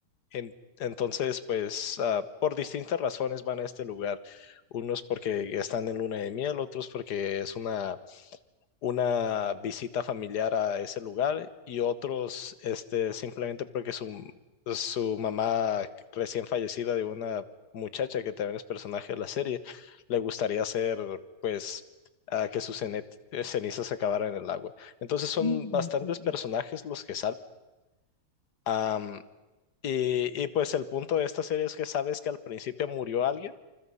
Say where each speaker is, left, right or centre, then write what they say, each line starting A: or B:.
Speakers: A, on the left; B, on the left.
A: En- entonces, pues ah, por distintas razones van a este lugar. Unos porque están en luna de miel, otros porque es una, una visita familiar a ese lugar y otros este, simplemente porque su, su mamá recién fallecida de una muchacha que también es personaje de la serie, le gustaría hacer pues ah, que sus cene- eh, cenizas se acabaran en el agua. Entonces son
B: Mm,
A: bastantes
B: ok, ok.
A: personajes los que salen. Y, y, pues el punto de esta serie es que sabes que al principio murió alguien